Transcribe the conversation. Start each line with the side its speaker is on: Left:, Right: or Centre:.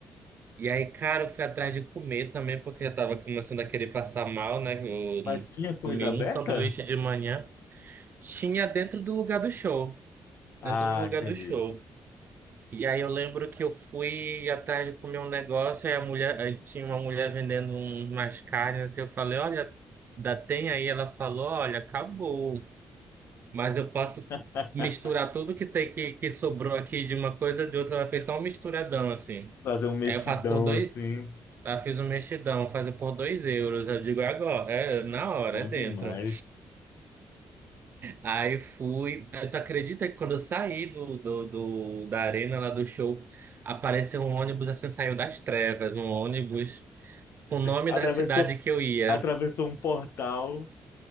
Right: E aí, cara, eu fui atrás de comer também, porque eu tava começando a querer passar mal, né? Eu
Left: Mas
Right: não
Left: tinha coisa
Right: comi
Left: aberta?
Right: um sanduíche de manhã. Tinha dentro do lugar do show.
Left: Ah,
Right: Dentro do lugar
Left: entendi.
Right: do show. E aí eu lembro que eu fui atrás de comer um negócio, aí a mulher, aí tinha uma mulher vendendo um- umas carnes, assim, eu falei, olha, dá tem aí? Ela falou, olha, acabou. Mas eu posso
Left: <laughs>
Right: misturar tudo que tem que, que sobrou aqui de uma coisa de outra. Ela fez só um misturadão, assim.
Left: Fazer um mexidão
Right: Aí eu faço por dois.
Left: assim.
Right: Ela fez um mexidão, fazer por dois euros. Eu digo, é agora, é na
Left: Poxa,
Right: hora,
Left: bom
Right: é dentro.
Left: demais.
Right: Aí fui. Eh, Tu acredita que quando eu saí do, do, do- da arena lá do show, apareceu um ônibus assim, saiu das trevas, um ônibus com o nome
Left: Atravessou,
Right: da cidade que eu ia.
Left: atravessou um portal